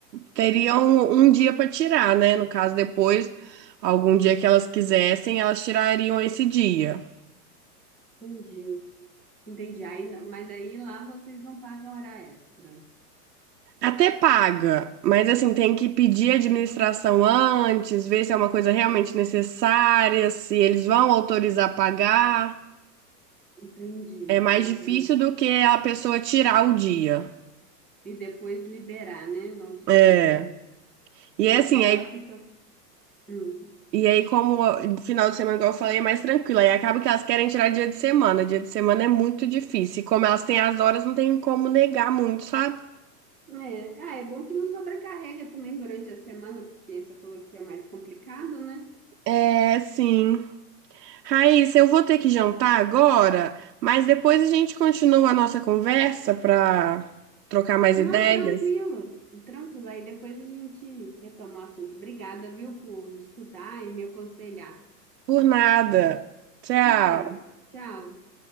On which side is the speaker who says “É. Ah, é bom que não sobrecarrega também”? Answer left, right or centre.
Centre